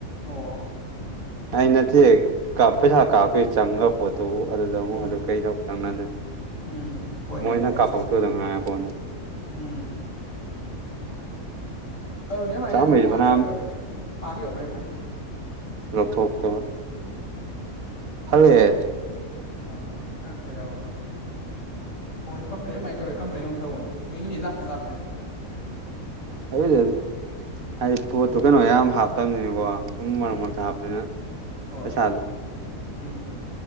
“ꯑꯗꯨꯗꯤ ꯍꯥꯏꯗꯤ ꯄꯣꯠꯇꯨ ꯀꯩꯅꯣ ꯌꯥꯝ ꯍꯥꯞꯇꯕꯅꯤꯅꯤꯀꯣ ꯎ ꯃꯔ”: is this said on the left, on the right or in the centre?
Right